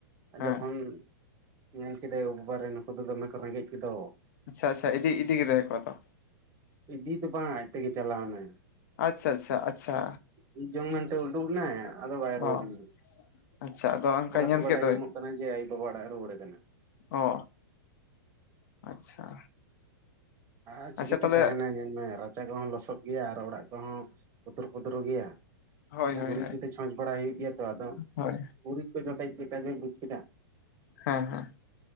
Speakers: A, on the left; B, on the right.
A: ᱦᱮᱸ
B: ᱡᱚᱠᱷᱚᱱ ᱧᱮᱞ ᱠᱮᱫᱮᱭᱟ ᱠᱚ ᱵᱟᱵᱟᱨᱮ ᱱᱩᱠᱩ ᱫᱚ ᱫᱚᱢᱮ ᱠᱚ ᱨᱮᱸᱜᱮᱡ ᱠᱮᱫᱚ᱾
A: ᱟᱪᱪᱷᱟ ᱟᱪᱪᱷᱟ, ᱤᱫᱤ ᱤᱫᱤ ᱠᱮᱫᱮᱭᱟ ᱟᱠᱚ ᱟᱫᱚ
B: ᱤᱫᱤ ᱫᱚ ᱵᱟᱝ ᱟᱡ ᱛᱮᱜᱮ ᱪᱟᱞᱟᱣᱱᱟ᱾
A: ᱟᱪᱪᱷᱟ ᱟᱪᱪᱷᱟ ᱟᱪᱪᱷᱟ
B: ᱤᱡ ᱡᱚᱝ ᱢᱮᱱᱛᱮ ᱩᱰᱩᱠ ᱱᱟᱭ ᱟᱫᱚ ᱵᱟᱭ ᱨᱩᱣᱟᱹᱲ
A: ᱚ
B: ᱞᱮᱱ᱾
A: ᱟᱪᱪᱷᱟ ᱟᱫᱚ? ᱚᱱᱠᱟ
B: ᱯᱚᱨᱮᱛᱮ
A: ᱧᱮᱞ
B: ᱵᱟᱲᱟᱭ
A: ᱠᱮᱫ ᱫᱚᱭ
B: ᱧᱟᱢᱚᱜ ᱠᱟᱱᱟ ᱡᱮ ᱟᱭᱚ ᱵᱟᱵᱟ ᱚᱲᱟᱜ ᱛᱮ ᱨᱩᱭᱟᱹᱲᱟ ᱠᱟᱱᱟ᱾
A: ᱚ ᱟᱪᱪᱷᱟ,
B: ᱟᱨ ᱪᱤᱠᱟᱹᱛᱮ
A: ᱟᱪᱪᱷᱟ ᱛᱟᱦᱚᱞᱮ
B: ᱛᱟᱦᱮᱱᱟ᱾ ᱧᱮᱞ ᱢᱮ ᱨᱟᱪᱟ ᱠᱚᱦᱚᱸ ᱞᱚᱥᱚᱫ ᱜᱮᱭᱟ᱾ ᱟᱨ ᱚᱲᱟᱜ ᱠᱚᱦᱚᱸ ᱯᱚᱫᱷᱨᱚ ᱯᱚᱫᱷᱨᱚ ᱜᱮᱭᱟ᱾
A: ᱦᱳᱭ
B: ᱢᱟᱱᱮ
A: ᱦᱳᱭ
B: ᱜᱩᱨᱤᱡ ᱠᱚᱛᱮ ᱪᱷᱚᱸᱪ ᱵᱟᱲᱟ ᱦᱩᱭᱩᱜ ᱜᱮᱭᱟ ᱛᱚ᱾ ᱟᱫᱚ
A: ᱦᱳᱭ
B: ᱜᱩᱨᱤᱡ ᱠᱚ ᱡᱚᱴᱮᱡ ᱪᱮᱫ ᱜᱮ ᱵᱩᱡᱽ ᱠᱮᱫᱟ᱾
A: ᱦᱮᱸ ᱦᱮᱸ,